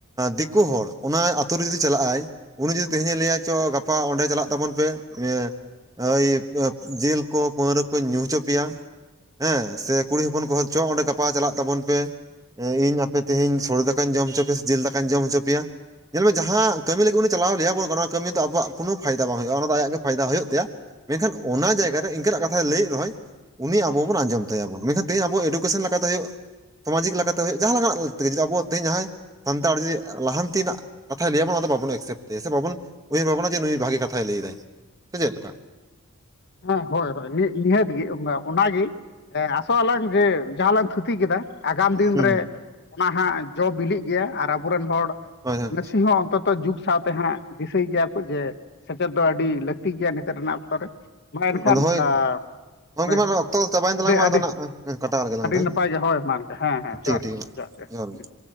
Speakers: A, on the right; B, on the left.
A: ᱫᱤᱠᱩ ᱦᱚᱲ, ᱚᱱᱟ ᱟᱛᱩ ᱨᱮ ᱡᱩᱫᱤ ᱪᱟᱞᱟᱜᱼ ᱟᱭᱼᱼ ᱩᱱᱤ ᱡᱩᱫᱤ ᱛᱮᱦᱮᱧᱮ ᱞᱟᱹᱭᱟ ᱪᱚ ᱜᱟᱯᱟ ᱚᱸᱰᱮ ᱪᱟᱞᱟᱜ ᱛᱟᱵᱚᱱ ᱯᱮ ᱾ ᱦᱚᱭ ᱡᱤᱞ ᱠᱚ ᱯᱟᱹᱣᱨᱟᱹ ᱠᱚᱧ ᱧᱩ ᱦᱚᱪᱚ ᱯᱮᱭᱟ ᱾ ᱦᱮᱸ, ᱥᱮ ᱠᱩᱲᱤ ᱦᱚᱯᱚᱱ ᱠᱚᱦᱚᱸ ᱪᱚ ᱚᱸᱰᱮ ᱜᱟᱯᱟ ᱪᱟᱞᱟᱜ ᱛᱟᱵᱚᱱ ᱯᱮ ᱾ ᱤᱧ ᱟᱯᱮ ᱛᱮᱦᱮᱧ ᱥᱚᱲᱮ ᱫᱟᱠᱟᱧ ᱡᱚᱢ ᱦᱚᱪᱚ ᱯᱮᱭᱟ ᱥᱮ ᱡᱤᱞ ᱫᱟᱠᱟᱧ ᱡᱚᱢ ᱦᱚᱪᱚ ᱯᱮᱭᱟ ᱾ ᱧᱮᱞ ᱢᱮ ᱡᱟᱦᱟᱸ ᱠᱟᱹᱢᱤ ᱞᱟᱹᱜᱤᱫ ᱩᱱᱤ ᱪᱟᱞᱟᱣ ᱞᱟᱹᱭᱟ ᱵᱚᱱ ᱠᱟᱱᱟ ᱚᱱᱟ ᱠᱟᱹᱢᱤ ᱫᱚ ᱟᱵᱚᱣᱟᱜ ᱠᱚᱱᱚ ᱯᱷᱟᱭᱫᱟ ᱵᱟᱝ ᱦᱩᱭᱩᱜᱼᱟ, ᱚᱱᱟ ᱫᱚ ᱟᱭᱟᱜ ᱜᱮ ᱯᱷᱟᱭᱫᱟ ᱦᱩᱭᱩᱜ ᱛᱟᱭᱟ ᱾ ᱢᱮᱱᱠᱷᱟᱱ ᱚᱱᱟ ᱡᱟᱭᱜᱟ ᱨᱮ, ᱤᱱᱠᱟᱹᱱᱟᱜ ᱠᱟᱛᱷᱟᱭ ᱞᱟᱹᱭᱮᱫ ᱨᱮᱦᱚᱸᱭᱼᱼ ᱩᱱᱤ ᱟᱵᱚ ᱵᱚᱱ ᱟᱸᱡᱚᱢ ᱛᱟᱭᱟᱵᱚᱱ, ᱢᱮᱱᱠᱷᱟᱱ ᱛᱮᱦᱤᱧ ᱟᱵᱚ ᱮᱰᱩᱠᱮᱥᱚᱱ ᱞᱮᱠᱟᱛᱮ ᱦᱩᱭᱩᱜᱼᱼ ᱥᱟᱢᱟᱡᱤᱠ ᱞᱮᱠᱟᱛᱮ ᱦᱩᱭᱩᱜ ᱡᱟᱦᱟᱸ ᱞᱮᱠᱟᱱᱟᱜ ᱛᱮ ᱟᱵᱚ ᱛᱮᱦᱤᱧ ᱡᱟᱦᱟᱸᱭ, ᱥᱟᱱᱛᱟᱲ ᱡᱮ ᱞᱟᱦᱟᱱᱛᱤ ᱱᱟᱜᱼᱼ ᱠᱟᱛᱷᱟᱭ ᱞᱟᱹᱭ ᱟᱵᱚ ᱚᱱᱟ ᱫᱚ ᱵᱟᱵᱚᱱ ᱮᱠᱥᱮᱯᱴ ᱛᱟᱭᱟ, ᱥᱮ ᱵᱟᱵᱚᱱ ᱩᱭᱦᱟᱹᱨ ᱵᱷᱟᱵᱱᱟ ᱡᱮ ᱱᱩᱭ ᱵᱷᱟᱹᱜᱤ ᱠᱟᱛᱷᱟᱭ ᱞᱟᱹᱭ ᱮᱫᱟᱭ ᱥᱮ ᱪᱮᱫ ᱞᱮᱠᱟ ᱾
B: ᱦᱚᱸ ᱦᱚᱭ ᱦᱚᱭ ᱢᱤᱫ ᱱᱤᱦᱟᱹᱛ ᱜᱮ ᱚᱱᱟ ᱚᱱᱟᱜᱮᱼᱼ ᱦᱮᱸ ᱟᱥᱚᱜ ᱟᱞᱟᱝ ᱡᱮ ᱡᱟᱦᱟᱸ ᱞᱟᱝ ᱛᱷᱩᱛᱤ ᱠᱮᱫᱟ ᱾ ᱟᱜᱟᱢ ᱫᱤᱱ
A: ᱦᱩᱸ
B: ᱨᱮ ᱚᱱᱟ ᱦᱟᱸᱜ ᱡᱚ ᱵᱤᱞᱤᱜ ᱜᱮᱭᱟ, ᱟᱨ ᱟᱵᱚᱨᱮᱱ ᱦᱚᱲ
A: ᱦᱳᱭ ᱦᱳᱭ
B: ᱱᱟᱹᱥᱤ ᱦᱚᱸ ᱚᱱᱛᱚᱛᱼᱼ ᱡᱩᱜᱽ ᱥᱟᱶᱛᱮ ᱦᱚᱸᱜ ᱫᱤᱥᱟᱹᱭ ᱜᱮᱭᱟ ᱠᱚ ᱡᱮ, ᱥᱮᱪᱮᱫ ᱫᱚ ᱟᱹᱰᱤ ᱞᱟᱜᱛᱤ ᱜᱮᱭᱟ ᱱᱤᱛᱚᱜ ᱨᱮᱱᱟᱜ ᱚᱠᱛᱚ ᱨᱮ ᱾ ᱢᱟ ᱮᱱᱠᱷᱟᱱ
A: ᱟᱫᱚ ᱦᱳᱭ
B: <unintelligible>
A: ᱜᱚᱝᱠᱮ
B: ᱦᱳᱭ
A: ᱢᱟ ᱚᱠᱛᱚ ᱪᱟᱵᱟᱭᱮᱱ
B: ᱟᱹᱰᱤ
A: ᱛᱟᱞᱟᱝ ᱢᱟ
B: ᱟᱹᱰᱤ
A: ᱟᱫᱚ ᱱᱟᱜ
B: <unintelligible>
A: ᱠᱟᱴᱟᱣ ᱞᱮᱜᱮ ᱞᱟᱝ
B: ᱟᱹᱰᱤ
A: ᱫᱚ
B: ᱱᱟᱯᱟᱭ
A: ᱦᱮᱸ
B: ᱜᱮ ᱦᱳᱭ ᱢᱟ ᱚᱱᱠᱟ ᱦᱮᱸ ᱦᱮᱸ
A: ᱴᱷᱤᱠ
B: ᱡᱚᱦᱟᱨ
A: ᱜᱮᱭᱟ ᱴᱷᱤᱠ
B: ᱜᱮ
A: ᱜᱮᱭᱟ
B: ᱮ
A: ᱢᱟ
B: ᱦᱮᱸ <unintelligible>
A: ᱡᱚᱦᱟᱨ ᱜᱮ